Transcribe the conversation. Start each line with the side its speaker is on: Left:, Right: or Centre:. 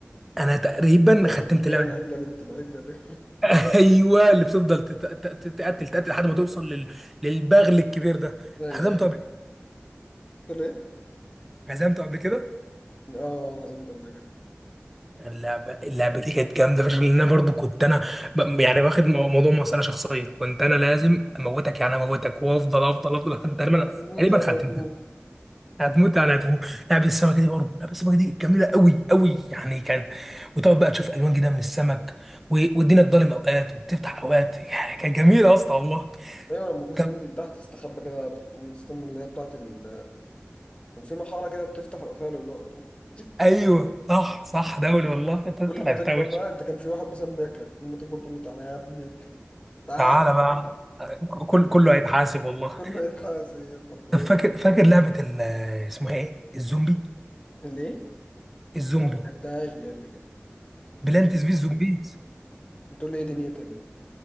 Centre: أنا تقريبا
Left: الفرخة
Centre: ختمت
Left: الكبيرة
Centre: اللعبه
Left: العجلة
Centre: دي.
Left: بنت العجلة اللي
Centre: <laughs> ايوه اللي بتفضل تت- تت- تقتل تقتل لحد ما توصل لل... للبغل الكبير ده
Left: <laughs> ايوه
Centre: هزمته
Left: ايوه
Centre: قبل
Left: قلت له ايه؟
Centre: هزمته قبل كده
Left: اه هزمت قبل كده
Centre: اللعبه اللعبه دي كانت جامده فشخ لان انا برضو كنت انا ب- يعني واخد مو- موضوع مساله شخصيه كنت انا لازم اموتك يعني اموتك وافضل افضل افضل لحد تقريبا
Left: انت هتموت
Centre: تقريبا
Left: يعني
Centre: ختمتها
Left: هتموت
Centre: هتموت على هتموت لعبة السمكة دي برضه لعبة السمكة دي جميلة قوي قوي يعني كانت وتقعد بقى تشوف ألوان جديدة من السمك و- والدنيا تضلم أوقات وتفتح أوقات يعني كانت جميلة يا اسطى والله
Left: ايوه لما كنت
Centre: طب
Left: تنزل تحت تستخبى كده تقوم تستنى اللي هي بتاعت ال... كان في محارة كده بتفتح يبقى فيها لؤلؤة تقوم تك
Centre: أيوه
Left: خطفها.
Centre: صح صح دولي والله أنت أنت
Left: كل
Centre: لعبتها
Left: ما تكبر
Centre: وش
Left: بقى انت كان في واحد مثلا بياكلك كل ما تكبر تقول له تعالى يا ابني تعال
Centre: تعالى بقى كل كله هيتحاسب والله
Left: كل ما يتحاسب حرفيا
Centre: طب فاكر فاكر لعبة ال- اسمها إيه؟ الزومبي
Left: اللي ايه؟
Centre: الزومبي
Left: لا ما لعبتهاش دي قبل كده
Centre: بلانتس
Left: بتقول
Centre: في الزومبيز
Left: بتقول لي ايه دنيتها كده